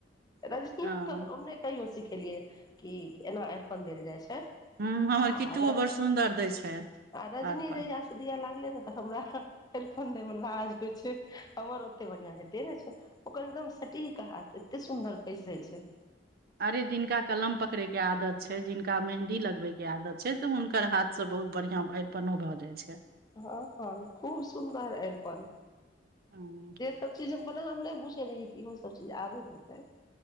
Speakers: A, on the left; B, on the right.
A: रजनीके
B: हँ।
A: हम नइ कहियो सिखेलियै कि एना अरिपन देल जाइ छै
B: हूँ हमर
A: आर
B: किट्टुओ बड़ सुन्दर दै छै
A: आ रजनी
B: अरिपन
A: जहिया स दिय लागलै ने तऽ हमरा अरिपन देै मे लाज होइ छै अवर ओते बढ़ियाँ हेते ने छै ओकर एकदम सटीक हाथ एते सुन्दर बैसे छै
B: अरे जिनका कलम पकड़े के आदत छै जिनका मेहन्दी लगबे के आदत छै तऽ हुनकर हाथसँ बहुत बढ़ियाँ अरिपनो भऽ जाइ छै
A: हँ हँ खूब सुन्दर एरपन
B: हँ
A: सबचीज हम मने हम नय बुछै रहियै कि ओहो सबचीज आबैत हेतै